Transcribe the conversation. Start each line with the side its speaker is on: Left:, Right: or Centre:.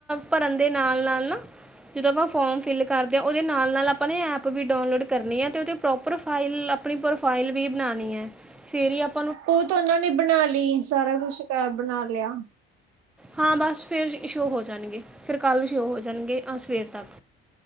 Centre: ਭਰਨ ਦੇ ਨਾਲ ਨਾਲ ਨਾ ਜਦੋਂ ਫੋਮ ਫਿਲ ਕਰਦੇ ਆ ਓਦੇ ਨਾਲ ਨਾਲ ਆਪਾ ਐਪ ਵੀ ਡਾਉਨਲੋਡ ਕਰਨੀ ਐ ਅਤੇ ਪ੍ਰੋਪਰ ਪ੍ਰੋਫਾਈਲ ਆਪਣੀ ਪ੍ਰੋਫ਼ਾਈਲ ਵੀ ਬਣਾਣੀ ਆ ਫੇਰ ਹੀ ਆਪਾ
Right: ਉਹ ਤਾਂ ਉਹਨਾਂ ਨੇ ਬਣਾ ਲਈ ਸਾਰਾ ਕੁਛ ਕਰ ਬਣਾ ਲਿਆ ਲਿਆ
Centre: ਹਾਂ ਬਸ ਫਿਰ ਸ਼ੋਅ ਹੋ ਜਾਣਗੇ ਫਿਰ ਕੱਲ੍ਹ ਸ਼ੋਅ ਹੋ ਜਾਣਗੇ ਆ ਸਵੇਰ ਤੱਕ